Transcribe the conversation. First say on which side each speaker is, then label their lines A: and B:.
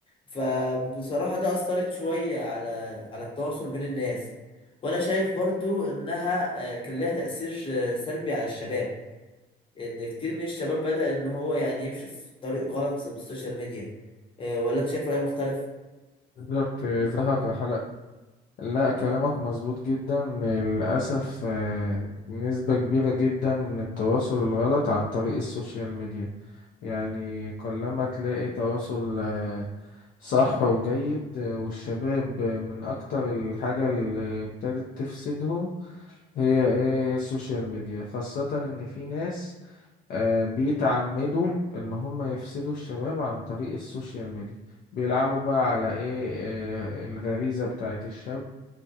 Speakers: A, on the left (about 30°); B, on the left (about 55°).
A: فبصراحة ده أثرت شوية على على التواصل بين الناس وأنا شايف برضو إنها آه، كان لها تأثير آه، سلبي على الشباب إن كتير من الشباب بدأ إن هو يعني يمشي في طريق غلط بالسوشيال ميديا آه، ولا أنت شايف رأي مختلف؟
B: بالظبط ظهر حلقة لا كلامك مظبوط جدا للأسف آه، نسبة كبيرة جدا من التواصل الغلط عن طريق السوشيال ميديا يعني قلما تلاقي تواصل آه، صح وجيد آه، والشباب آه، من أكتر الحاجة اللي ابتدت تفسدهم هي إيه هي السوشيال ميديا خاصة إن في ناس آه، بيتعمدوا إن هم يفسدوا الشباب عن طريق السوشيال ميديا بيلعبوا بقى على إيه آه، الغريزة بتاعت الشاب